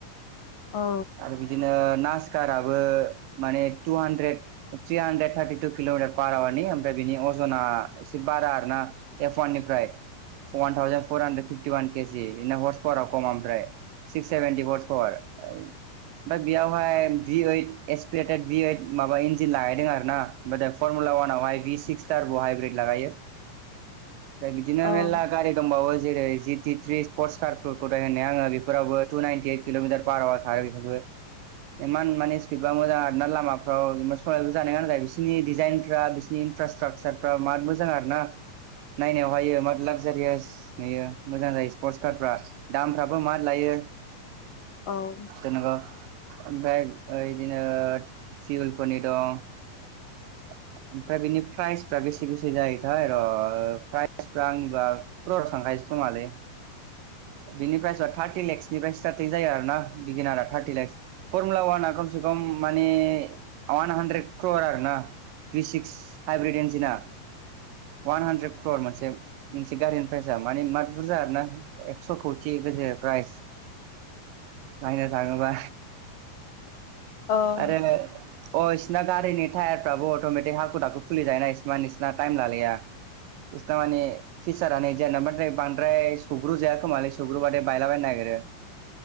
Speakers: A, on the left (about 70°); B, on the right (about 80°).
A: औ
B: ना बिदिनो नास टाराबोमाने तु हानद्रेद थ्रिट किल'मिटार पार आवार फ्राय बिनि अजना एसे बारा आरो ना एफान निफ्राय। One thousand four hundred fifty one KG in horse पावाराव खम ओमफ्राय। सिक्स सेभन्टिस पार। ओमफ्राय बेयावहाय डिओइट एसपलेटेड डि ओइट माबा इन्जिन लागायदों आरोना ओमफ्राय दा फरमुला ला अववनावहाय डि सिक्सटार ब हाइब्रिद लागायो। ओमफ्राय बिदिनो
A: औ
B: मेर्ला गारि दंबावो जेरै जि टि थ्रि स्पर्टस कारफोरखौ दाय होननाय आङो बेफोर। फोरावबो तुनाइटि एइड कल'मिटार पार थायो बिफोरबो। इमान माने स्पिडबा मोजां आरोना लामाफ्राव जेनेबा सलायबो जानाय नोङा बिसिनि डिजाइनफ्रा बिसिरनि इनफ्रास्ट्राकसारफ्रा मार मोजां आरोना। नायनायाव हायो मा लाक्जारियास नुयो मोजां जायो स्पर्टस कारफ्रा दामफ्राबो मा लायो
A: औ
B: जेनेबा ओमफ्राय ओ इदिनो सिउलफोरनि दं। <inaudible> ओमफ्राय बिनि प्राइसफ्रा बेसे बेसे जायोथाय र' प्राइसफ्रा आंनिबा क्रर' थांखायो। खोमालै बिनिफ्रायसआ थार्टि लेक्सनिफ्राय स्टार्टिं जायो आरोना बिगिनारा थार्टि लेक्स फरमुला वाना कम। खम मानि वान हान्ड्रेड क्रर'आरो ना। थ्रि सिक्स हाइब्रिड एन्जिना। अवान हानद्रेद क्रर मोनसे मोनसे गारिनि प्राइसाआ माने मा बुरजा आरो ना। एकस' खौथि गजो प्राइज बायनो थाङोबा
A: औ
B: आरो नो अ इसिरना गारिनि टायारफ्राबो अट'मेटिक हाखु दाखु खुलि जाय ना इसिमा नोंसिना टाइम लालाया। थारमाने फिसारानो जेनना बाथाय बांद्राय स ग्रु जायाखोमाल सग्रु बादे बायलाबायनो नागिरो।